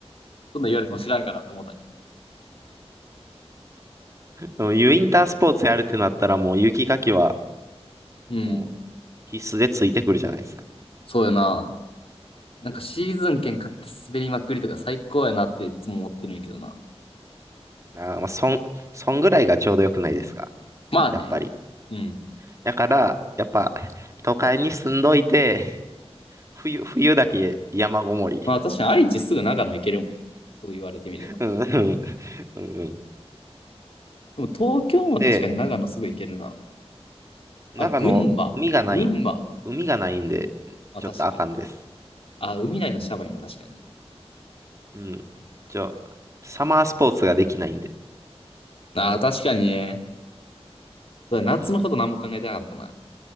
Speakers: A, on the left; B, on the right.
A: そんなん言われても知らんからと思ったけ
B: でもウィンタースポーツやるってなったらもう雪かきは
A: どうん、
B: もう必須でついてくるじゃないですか。
A: そうやな。なんかシーズン券買って滑りまくりとか最高やなっていつも思ってるんやけどな。
B: なあまあ、そん、そんぐらいがちょうどよくないですか。
A: まあね。
B: やっぱり。
A: うん。
B: だから、やっぱ、都会に住んどいて、冬、冬だけ山ごもり。
A: まあ確かに愛知すぐ長野行けるもんな。そう言われてみれば。
B: うんうん。うんうん。
A: でも東京も確かに長野すぐ行けるな。
B: ほんで、長野、
A: あ、群馬。
B: 海がない、
A: 群馬。
B: 海がないんで、
A: まあ、
B: ちょっとあかんです。
A: 確かに。あ、海内のシャバいな、確かに。
B: うん。ちょ、サマースポーツができないんで。
A: あ、確かにね。そうだ夏のこと何も考えてなかったな。
B: うんうん。